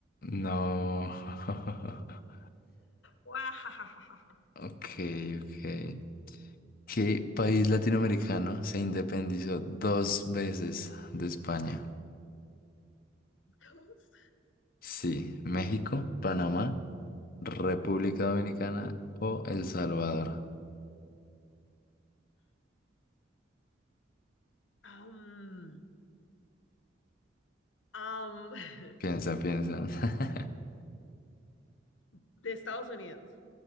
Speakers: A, on the left; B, on the left.
A: No. <laughs>
B: Guajajajaja.
A: Ok, ok. ¿Qué país latinoamericano se independizó dos veces de España?
B: Dos.
A: Sí, México, Panamá, República Dominicana o El Salvador.
B: Am, am, <laughs>
A: Piensa, piensa. <laughs>
B: de Estados Unidos,